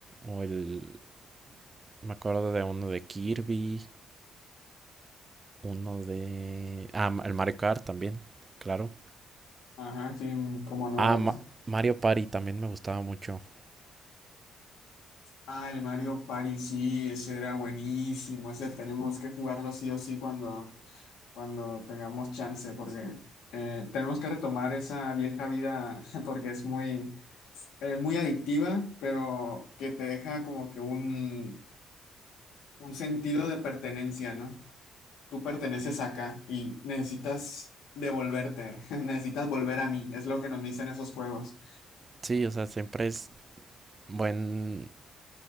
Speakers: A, on the right; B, on the left.
A: O el. Me acuerdo de uno de Kirby. Uno de. Ah, ma- el Mario Kart también. Claro.
B: Ajá, sí, cómo no,
A: Ah,
B: ¿verdad?
A: Ma- Mario Party también me gustaba mucho.
B: Ah, el Mario Party, sí, ese era buenísimo. Ese tenemos que jugarlo sí o sí cuando, cuando tengamos chance, porque eh, tenemos que retomar esa vieja vida, <laughs> porque es muy, eh, muy adictiva, pero que te deja como que un, un sentido de pertenencia, ¿no? Tú perteneces acá y necesitas devolverte, <laughs> necesitas volver a mí, es lo que nos dicen esos juegos.
A: Sí, o sea, siempre es buen.